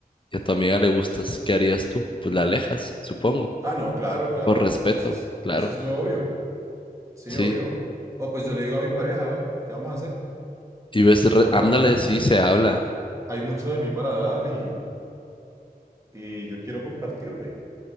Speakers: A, on the left (about 30°); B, on the right (about 20°).
A: y a tu amiga le gustas, ¿qué harías tú? Pues la alejas, supongo,
B: Ah, no, claro, claro.
A: por respeto,
B: Eso es,
A: claro,
B: eso es lo obvio. Sí,
A: sí.
B: obvio. O pues yo le digo a mi pareja, bueno, ¿qué vamos a hacer?
A: Y ves, re-
B: Vamos
A: ándale,
B: a...
A: sí se habla
B: Hay mucho de mí para dar y, y yo quiero compartirme.